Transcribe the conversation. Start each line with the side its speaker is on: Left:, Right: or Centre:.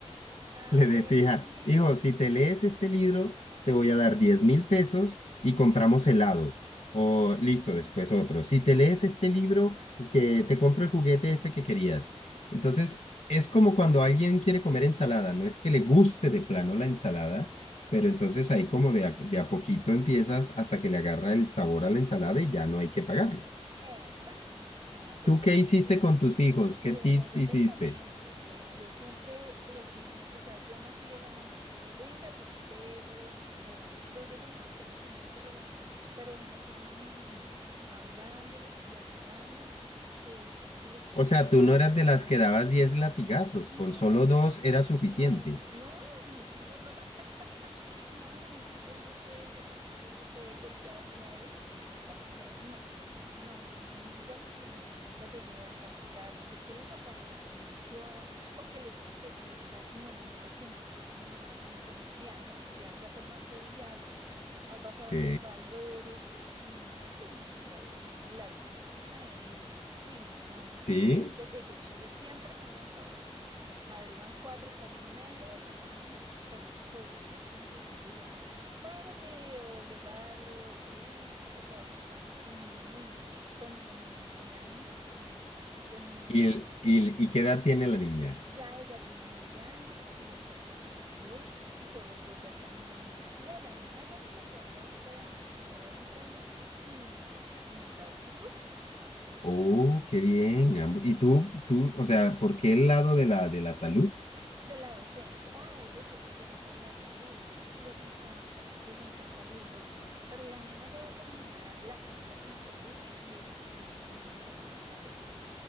Right: ah,
Left: Le decía,
Right: ve, qué bien.
Left: hijo, si te lees este libro, te voy a dar diez mil pesos y compramos helado. O listo, después otro. Si te lees este libro, que te compro el juguete este que querías. Entonces, es como cuando alguien quiere comer ensalada, no es que le guste de plano la ensalada,
Right: Sí,
Left: pero entonces ahí como de a, de a poquito empiezas hasta que le agarra el sabor a la ensalada y ya no hay que pagarle.
Right: exacto. Ah, pero
Left: ¿Tú
Right: qué
Left: qué
Right: bonito.
Left: hiciste con tus hijos? ¿Qué
Right: Bueno,
Left: tips
Right: yo
Left: hiciste?
Right: te comento, bueno, yo siempre les di, o sea, yo no fui de la mamá que venga, les pego o los regañaba cuando tenía que regañarlos, pero de una forma muy linda, hablándoles, dialogándoles, eh, diciéndole que
Left: O
Right: es
Left: sea,
Right: mal,
Left: tú no eras
Right: que
Left: de
Right: está
Left: las que
Right: bien.
Left: dabas 10 latigazos,
Right: No,
Left: con solo dos era
Right: no,
Left: suficiente.
Right: no, mis hijos no, <laughs> no, mis hijos no pueden decir que yo les he golpeado alguna vez o que les he castigado, no, no, no, no, mira que no, nunca llegué a castigarlos o que les apago la televisión o que les quito el celular, no, mira que no, no, así no fue mi crianza, mi crianza fue más de diálogo, más basado
Left: Sí,
Right: en los valores y mira que hoy en día, uy, no, la disciplina de ellos, uy, no,
Left: sí.
Right: ellos solos siempre se han levantado solos. Madrugan cuatro, cuatro y media de la mañana, pero solos. Yo no necesito, digamos, párate o obligarlo, o que ven, que se te va a hacer tarde, en lo mínimo, con ninguno, ni con la niña ni con mi hijo, con ninguno
Left: ¿Y,
Right: de
Left: el-
Right: los dos.
Left: y, y qué edad tiene la niña?
Right: Ya ella tiene 20 años, mi hijo tiene 22 y todos dos ya están en la universidad. La nena ya se me gradúa ahorita de administradora en salud y mi hijo es instrumentador quirúrgico.
Left: Oh, qué bien. ambo- ¿Y tú, tú, o sea, por qué el lado de la, de la salud?
Right: De la docencia. Ah, ellos dos se fueron por la salud. Les encanta, les encanta a los dos. Pero la nena ya va a terminar la carrera, como te digo, y quiere continuar con una segunda carrera.